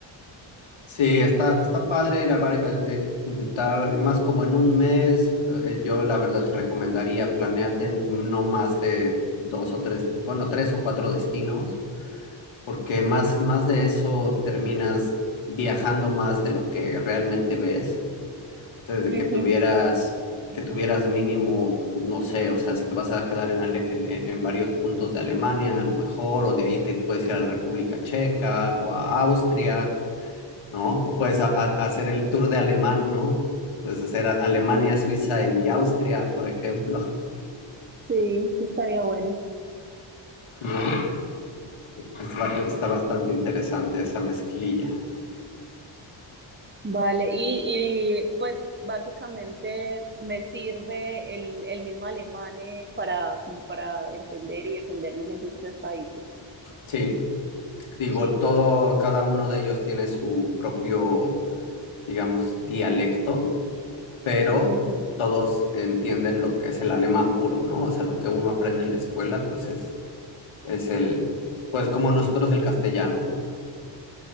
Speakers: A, on the left; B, on the right.
A: sí, está, está padre ir a, vari- a- eh, intentar más como en un mes. eh, yo la verdad te recomendaría, planéate en no más de dos o tres, bueno, tres o cuatro destinos porque más, más de eso terminas viajando más de lo que realmente ves. Desde
B: Ujú,
A: que tuvieras, que tuvieras mínimo, no sé, o sea, si te vas a quedar en, Ale- en, en- en varios puntos de Alemania, a lo mejor, o de ahí te puedes ir a la República Checa o a Austria, ¿no? O puedes a- a- hacer el tour de alemán, ¿no? O Puedes hacer a- Alemania, Suiza y Austria, por ejemplo,
B: Sí, estaría bueno.
A: <laughs> ¿no? Es ba- está bastante interesante esa mezclilla.
B: Vale, y, y pues básicamente me sirve el, el mismo alemán eh, para, como para entender y defenderme en esos tres países.
A: Sí. Digo,
B: Sí.
A: todo, cada uno de ellos tiene su propio, digamos, dialecto, pero
B: Ujú.
A: todos entienden lo que es el alemán puro, ¿no? O sea, lo que uno aprende en la escuela, pues es, es el, pues como nosotros el castellano, ¿no?